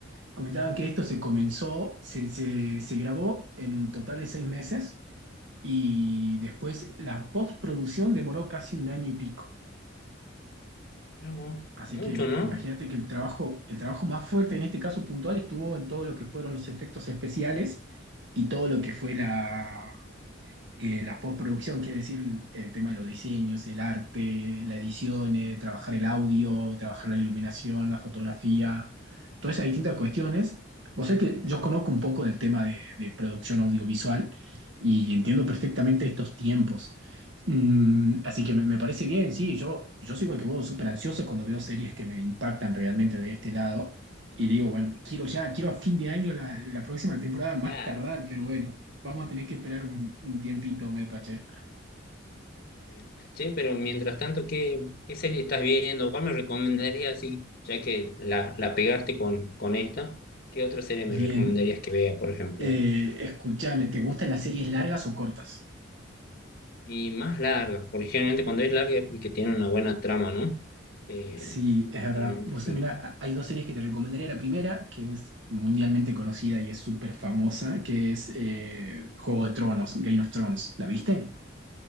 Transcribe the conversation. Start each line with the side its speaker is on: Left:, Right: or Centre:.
Right: comentaban que esto se comenzó, se, se, se grabó en un total de seis meses y después la postproducción demoró casi un año y pico.
Left: Mira vos,
Right: Así
Left: mucho,
Right: que
Left: ¿no?
Right: imagínate que el trabajo, el trabajo más fuerte en este caso puntual estuvo en todo lo que fueron los efectos especiales y todo lo que fue la, eh, la postproducción, quiere decir el tema de los diseños, el arte, la edición, eh, trabajar el audio, trabajar la iluminación, la fotografía, todas esas distintas cuestiones. Vos sabés que yo conozco un poco del tema de, de producción audiovisual y entiendo perfectamente estos tiempos. Mm, así que me, me parece bien, sí, yo, yo soy igual que vos, súper ansioso cuando veo series que me impactan realmente de este lado. Y digo, bueno, quiero ya, quiero a fin de año la, la próxima temporada más
Left: Ya,
Right: tardar, pero bueno. Vamos a tener que esperar un, un tiempito, Mepa, che.
Left: Bien. Che, pero mientras tanto, ¿qué, qué serie estás viendo? ¿Cuál me recomendarías? Sí, ya que la, la pegaste con, con esta, ¿qué otra serie me
Right: Bien.
Left: recomendarías que vea, por ejemplo,
Right: Eh,
Left: ahora?
Right: escúchame, ¿te gustan las series largas o cortas?
Left: Y más larga, porque generalmente cuando es larga es porque tiene una buena trama, ¿no? Eh,
Right: Sí, es verdad.
Left: generalmente
Right: Vos,
Left: sí.
Right: mira, hay dos series que te recomendaría. La primera, que es mundialmente conocida y es súper famosa, que es eh, Juego de Tronos, Game of Thrones. ¿La viste?